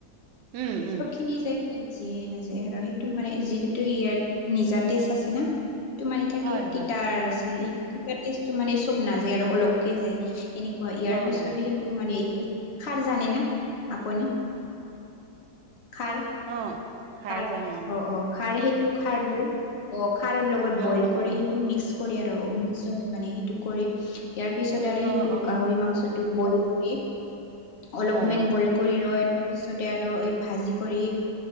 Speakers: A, on the right; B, on the left.
A: উম উম
B: নিছে নিজে নাযায় আৰু সেইটো মানে যি ইয়াত নিজা টেষ্ট আছে না টো মানে থাকে
A: হয়
B: তিতাৰ
A: হয়
B: আছে ই তিতা টেষ্টতো মানে চব নাযায় আৰু অলপকে যায় এনেকুৱা ইয়াৰ
A: অ
B: পিছত
A: অ
B: সি মানে ই খাৰ জানে না আপুনি খাৰ
A: অ'
B: খাৰ
A: জানো হয়
B: অ' অ' খাৰ সেইটো খাৰ অ' খাৰৰ লগত বইল
A: অ
B: কৰে
A: অ
B: সেই টো মিক্স কৰি আৰু মিক্স হৈ মানে সেইটো কৰি ইয়াৰ পিছত আৰু
A: অ
B: সেইটো
A: অ
B: গাহৰি মাংসটো বইল কৰি অলপমান
A: হয় হয়
B: বইল কৰি লৈ তাৰপিছতে আৰু এই ভাজি কৰি